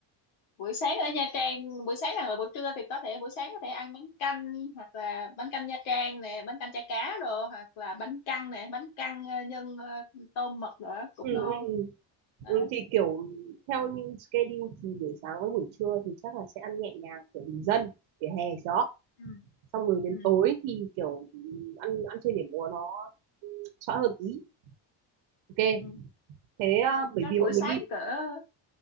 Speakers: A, on the left; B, on the right.
A: buổi sáng ở Nha Trang buổi sáng hoặc là buổi trưa thì có thể buổi sáng có thể ăn bánh canh hoặc là bánh canh Nha Trang nè bánh canh chả cá đồ hoặc là bánh căn nè bánh căn ờ, nhân ờ, tôm mực rồi cũng
B: ừ,
A: ngon
B: ừ,
A: đó
B: ừ, thì kiểu theo như schedule thì buổi sáng với buổi trưa thì chắc là sẽ ăn nhẹ nhàng kiểu bình dân vỉa hè gió
A: Ừ.
B: xong rồi đến
A: Ừ.
B: tối thì kiểu ừ, ăn ăn chơi nhảy múa nó xóa hơn tí ok
A: ừ.
B: thế ờ,
A: ok.
B: bởi
A: chắc
B: vì
A: buổi
B: bọn
A: sáng
B: mình đi
A: cỡ